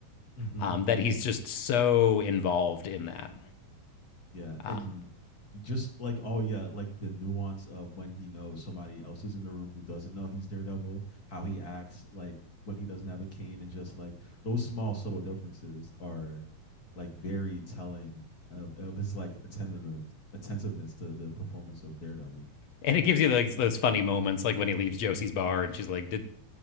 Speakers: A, on the left; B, on the left.
A: mm-hmm.
B: Um, that he's just so involved in that.
A: Yeah,
B: Um,
A: and just like oh yeah, like the nuance of when he knows somebody else is in the room who doesn't know he's Daredevil, how he acts like when he doesn't have a cane, and just like those small subtle differences are like very telling of, of his like attentive attentiveness to the performance of Daredevil.
B: and it gives you like those funny moments, like when he leaves Josie's bar and she's like, "Did